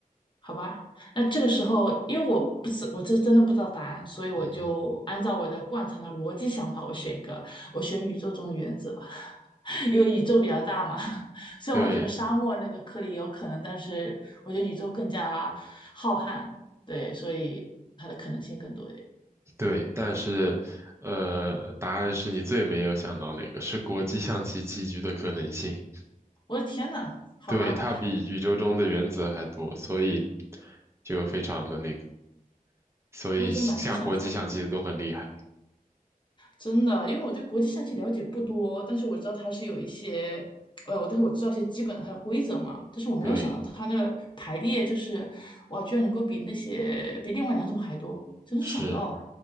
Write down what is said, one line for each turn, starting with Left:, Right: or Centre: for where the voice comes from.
Left: 好吧，那这个时候因为我不是我这真的不知道答案，所以我就按照我的惯常的逻辑想法，
Right: 嗯哼，
Left: 我选一个，我选宇宙中的原子吧，<laughs> 因为宇宙比较大嘛。<laughs> 虽然我觉得沙漠那个颗粒也有可能，
Right: 对
Left: 但是我觉得宇宙更加浩瀚，对，所以它的可能性更多一点。
Right: 对，但是，呃，答案是你最没有想到哪个是国际象棋棋局的可能性。
Left: 我的天呐，好吧，
Right: 对，它比宇宙中的原子还多，所以就非常的那个，所以下国际象棋的都很厉害。
Left: 我真难以想象呢。真的，因为我对国际象棋了解不多，但是我知道它是有一些，呃，但是我知道一些基本的它的规则嘛，但是我没有想到它那个排列就是，
Right: 对，
Left: 哇，居然能够比那些比另外两种还多，真的是想不到啊！
Right: 是，